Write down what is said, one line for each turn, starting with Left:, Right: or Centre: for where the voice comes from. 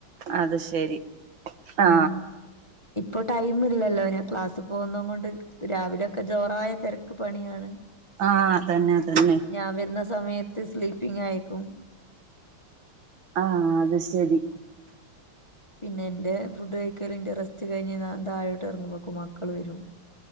Right: അത് ശരി ആ
Left: ഉം ഇപ്പൊ ടൈം ഇല്ലല്ലോ ഞാൻ ക്ലാസ് പോകുന്നും കൊണ്ട് രാവിലെയൊക്കെ ജോറായ തിരക്ക് പണിയാണ്
Right: ആ അതന്നെ അതന്നെ
Left: ഞാൻ വരുന്ന സമയത്ത് സ്ലീപ്പിങ് അയെക്കും
Right: ആ അത് ശരി
Left: പിന്നെ എന്റെ ഫുഡ് കഴീക്കലിൻ്റ റെസ്റ്റ് കഴിഞ്ഞ് ഞാൻ താഴോട്ട് എറങ്ങ്മ്പോക്കും മക്കള് വരും